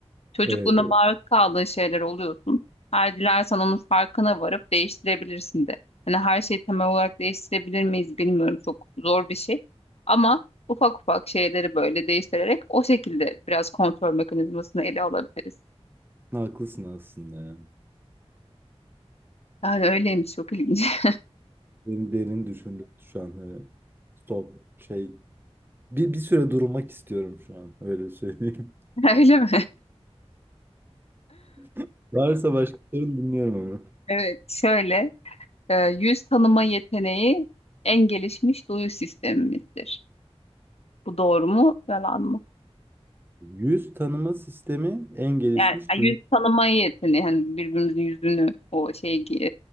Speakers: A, on the left; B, on the right.
A: Çocukluğunda
B: Evet, evet.
A: maruz kaldığın şeyler oluyorsun. Her dilersen onun farkına varıp değiştirebilirsin de. Hani her şeyi temel olarak değiştirebilir miyiz bilmiyorum. Çok zor bir şey. Ama ufak ufak şeyleri böyle değiştirerek o şekilde biraz kontrol mekanizmasını ele alabiliriz.
B: Haklısın aslında ya.
A: Yani öyleymiş çok ilginç.
B: Derin, derin düşündüm şu an. Hani stop şey. Bir, bir süre durmak istiyorum şu an. Öyle söyleyeyim.
A: <laughs> Öyle mi?
B: <laughs> Varsa başka sorun dinliyorum ama.
A: Evet, şöyle e, yüz tanıma yeteneği en gelişmiş duyu sistemimizdir. Bu doğru mu, yalan mı?
B: Yüz tanıma sistemi en gelişmiş
A: Yani e,
B: duyu.
A: yüz tanıma yeteneği hani birbirimizin yüzünü o şey e,